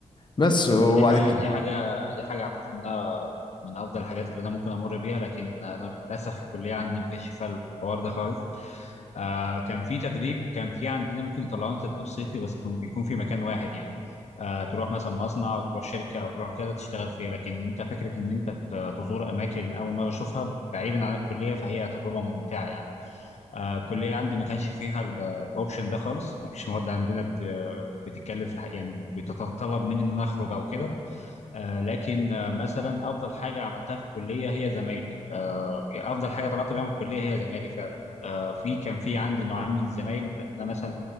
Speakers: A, on the left; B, on the left.
A: بس وبعد
B: فدي حاجة
A: كده
B: دي حاجة دي حاجة أعتقد إنها من أفضل الحاجات اللي أنا ممكن أمر بيها لكن أنا للأسف الكلية عندي ما كانش فيها الحوار ده خالص آه كان في تدريب كان في عندنا ممكن يطلعونا تدريب صيفي بس يكون يكون في مكان واحد يعني آه تروح مثلا مصنع أو تروح شركة أو تروح كذا تشتغل فيها لكن أنت فكرة إن أنت ت- تزور أماكن أول مرة أشوفها بعيدا عن الكلية فهي تجربة ممتعة يعني آه الكلية عندي ما كانش فيها ال- الأوبشن ده خالص ما فيش مواد عندنا بت- بتتكلف الح- يعني بتتطلب مني إن أنا أخرج أو كده آه لكن آه مثلا افضل حاجه عملتها في الكليه هي زمايلي آه يعني افضل حاجه طلعت بيها من الكليه هي زمايلي فعلا آه في كان في عندي نوعين من الزمايل انا مثلا